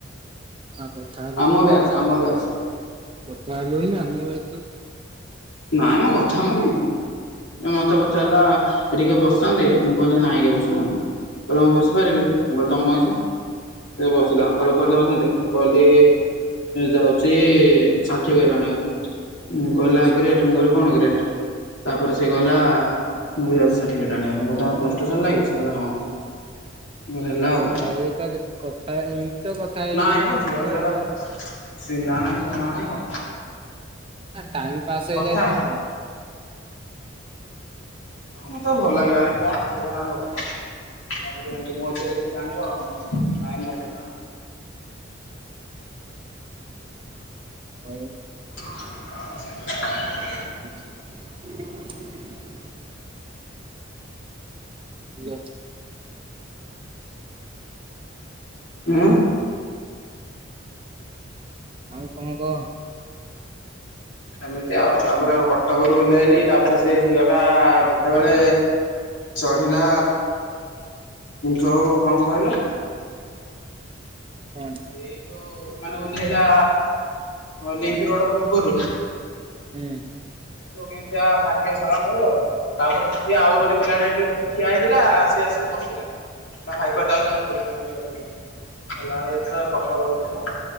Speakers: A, on the right; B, on the left.
A: ଆ କଥା ହେଲୁନି
B: ଆମ ବ୍ୟାଚ୍ ଆମ ବ୍ୟାଚ୍।
A: କଥା ହେଲୁନୁ ନା ଆମ ବ୍ୟାଚ୍ କୁ।
B: ନାଇଁ ମୋ କଥା ମୁଁ କାଇଁ ହେବି। ଏ ମତେ ପଚାରିଲା ଏ ଟିକେ ବସିନ୍ତି ମୁଁ କହିଲି ନାଇଁ କିଏ ବସିନାହାନ୍ତି କହିଲା ମୁଁ ବସି ବୁଝିପାରି ବି ମୁଁ କହିଲି ତମ ଇଛା। ସେ ବସିଲା
A: ତାପରେ
B: କହିଲା
A: ବାଟ
B: କଉ ଯାଉଛନ୍ତି ମୁ କହିଲି ଯାଉଚି ଷାଠି ରାଣିବାକୁ ମୁଁ କହିଲା
A: ଆ ସେମିତି
B: ଗ୍ରେଟ ମୁଁ
A: କ
B: କହିଲି କଣ ଗ୍ରେଟ? ତାପରେ ସେ କହିଲା ମୁଁ ବି ଯାଉଛି ସାର୍ଟିଫିକେଟ୍ ଆଣିବାକୁ ମୁଁ କହିଲି ତମର ପ୍ଲଟୁ ସରିଲା କି ସେ କହିଲା ହଁ।
A: <inaudible>
B: ମୁଁ କହିଲି ହେଲା
A: ଆ
B: ଆଉ
A: କଥା
B: କଣ
A: ହେଇକା କଥା ଏମତି ତ କଥା ହେଇକା
B: ନାଇଁ ମ
A: ଯାଇଥାନ୍ତ
B: ଝିଅ ପିଲାଟା
A: ଟାଇମ
B: ଚିହ୍ନା ନାହିଁ ଜଣା ନାହିଁ କଥା
A: ହଁ ଟାଇମ ପାସ୍ ହେଇ
B: କଥା
A: ଯାଇଥାନ୍ତା ନା।
B: ହଁ ମତେ ଭଲ ଲାଗିଲାଣି କଣ ସେଟା ସାରେ କଥା ହବ। ତାପରେ ଏମତି ମୋ ଝିଅ ଜାଣିବ ଆଉ ନା ନାଇଁ ମୋଝ
A: <inaudible> ହଉ।
B: <inaudible>
A: <inaudible> ହାଲୋ।
B: ଆ
A: ଆଉ କଣ କହ?
B: ଏମିତି ଆଉ
A: ହୁଁ
B: ତାପରେ ଆଉ କଟକ ଉଲେଇଲି ତାପରେ ସେଇ ଝିଅ ଟା ଯେତେବେଳେ ଚଢିଲା ଯଉ କଣ କହିଲ?
A: କଣ?
B: ଏଇ ଯୋଉ ମାନେ ଓହ୍ଲାଇଲା ଲିଙ୍କି ରୋଡ। ପୂର୍ବରୁ
A: ହୁଁ
B: କେମତିଆ ଭାଗ୍ୟ ଶାଳାଙ୍କର ତାପରେ ସେଠି ଆଉ ଗୋଟେ ପିଲାଟେ ଠିଆ ହେଇଥିଲା ସିଏ ଆସିକି ହସିଲା କହିଲା ଭାଇ କୁଆଡେ ଯାଉଛନ୍ତି? ମୁଁ କହିଲି କଟକ ରେ ଓହ୍ଲାଇବ